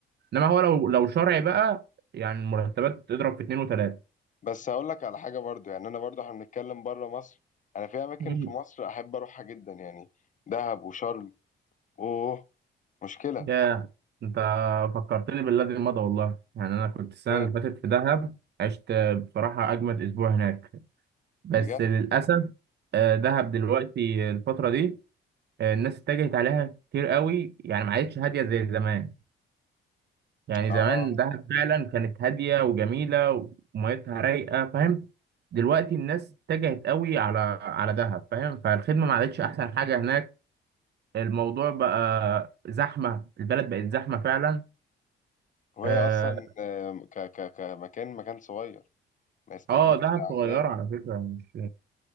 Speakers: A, on the right; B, on the left.
A: إنما هو لو لو شرعي بقى يعني المرتبات تضرب في اتنين وتلاتة
B: بس هقول لك على حاجة برضو يعني أنا برضو احنا بنتكلم بره مصر أنا في أماكن
A: مم.
B: في مصر أحب أروحها جدا يعني دهب وشرم أوه مشكلة
A: يا أنت فكرتني بالذي مضى والله يعني أنا كنت السنة
B: مان
A: اللي فاتت في دهب عشت آه، بصراحة أجمد أسبوع هناك بس
B: بجد
A: للأسف آه، دهب دلوقتي الفترة دي آه، الناس اتجهت عليها كتير قوي يعني ما عادتش هادية زي زمان يعني
B: آه
A: زمان دهب فعلا كانت هادية وجميلة وميتها رايقة فاهم دلوقتي الناس اتجهت قوي على على دهب فاهم فالخدمة ما عادتش أحسن حاجة هناك الموضوع بقى زحمة البلد بقت زحمة فعلا
B: وهي
A: اه
B: أصلا آه، ك ك كمكان مكان صغير ما يستحملش
A: آه، دهب
B: الأعداد
A: صغيرة على فكرة مش